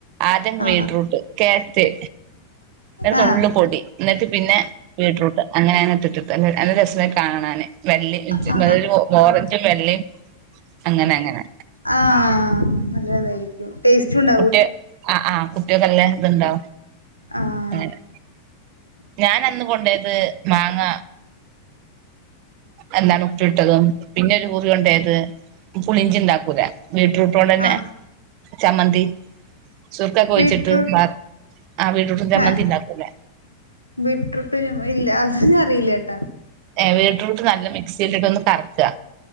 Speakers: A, on the right; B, on the left.
A: ആദ്യ
B: ആ
A: ബീടറൂട്ട് കരറ്റ് ഒരു
B: ആ
A: നുള്ള്
B: ആ
A: പൊടി എന്നിട്ട് പിന്നെ ബീട്രൂട്ട് അങ്ങനെങ്ങെ ട്ടിട്ട് നല്ല രസ കാണാൻ വെള്ളി
B: ആ
A: ഓറഞ്ചും വെള്ളിയും അങ്ങനെ അങ്ങനെ
B: ആഹ നല്ലതായിരിക്കും ടേസ്റ്റ് ഉണ്ടോ
A: കുട്ടി ആ ആ കുട്ടിയക്കെല്ല ഇത്ണ്ടോ
B: ആഹ
A: അങ്ങെനെ ഞൻ അന്ന് കൊണ്ടേയത് മാങ്ങ. എന്താണ് ഉപ്പിലിട്ടത് പിന്നെ ഒരു കുറികെണ്ടായത് പുളിഞ്ചി ഉണ്ടാക്കൂലോ. ബ്യൂട്രൂട്ടോടെന്നെ
B: ആ
A: ചമ്മന്തി ചുർകക്കെ ഒഴിച്ചിട്ട്
B: ബീറ്റ്റൂട്ട്
A: ബ ആ ബീറ്റ്റൂട്ട് ചമ്മന്തി
B: ആ
A: ഉണ്ടാക്കൂലെ.
B: ബീറ്റ്റൂട്ട് ഇല്ല അത ഞാൻ അറിയില്ലട്ട
A: ബീറ്റ്റൂട്ട് നല്ല മിക്സി ഇട്ടിട്ടൊന്ന് കറക്കുക.